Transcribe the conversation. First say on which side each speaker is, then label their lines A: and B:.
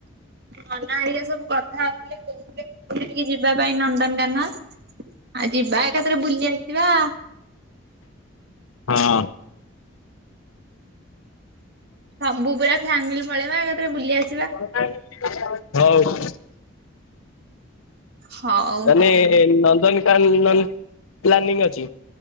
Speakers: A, on the right (about 50°); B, on the left (about 85°).
A: ନନା ହେରିକା ସବୁ କଥା ହଉଥିଲେ କହୁଥିଲେ ପିକିନିକି ଯିବା ପାଇଁ ନ ନ୍ଦନକାନ ଆ ଯିବା ଏକାଥରେ ବୁଲି ଆସିବା।
B: ହଁ।
A: ସବୁ ପୁରା ଫ୍ୟାମିଲି ପଳେଇବା ଏକାଥରେ ବୁଲି ଆସି
B: <unintelligible> ହଉ।
A: ହଉ
B: ତାନେ ନନ୍ଦନକାନନ ପ୍ଲାନିଂ ଅଛି।